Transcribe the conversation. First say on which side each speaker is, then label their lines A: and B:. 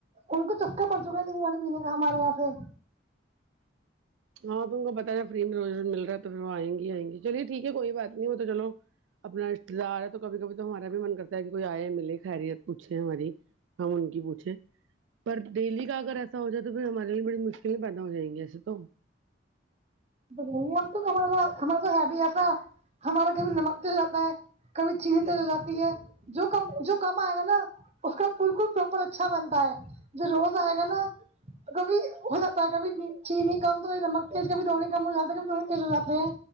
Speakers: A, on the right; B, on the right.
A: ان کو چسکا پڑ چکا نیمبو پانی پینے کا ہمارے یہاں سے
B: ہاں تو ان کو بتا فری میں مل رہا ہے تو پھر وہ آئ گی ہی آئ گی چلیے ٹھیک ہے کوئی بات نہیں ہو تو چلو اپنا رشتے دار ہے تو کبھی کبھی تو ہمارا بھی من کرتا ہے کہ کوئی آئے ملے خیریت پوچھے ہماری ہم ان کی پوچھیں پر ڈیلی کا اگر ایسا ہو جائے تو پھر ہمارے لیے بڑی مشکل پیدا ہو جائیںے ایسے تو
A: نہیں ہم تو ہما ہمارا یہاں ہے بھی ہمارا کبھی نمک تیز ہو جاتا ہے کبھی چینی تیز ہو جاتی ہے جو کم جو کم آئے گا نا اس کا بالکل پراپر اچھا بنتا ہے جو روز آئے گا نا کبھی ہو جاتا ہے کبھی چینی کم تو نمک تیز کبھی دونوں کم ہو جاتا ہے نمک تیز ہو جاتے ہیں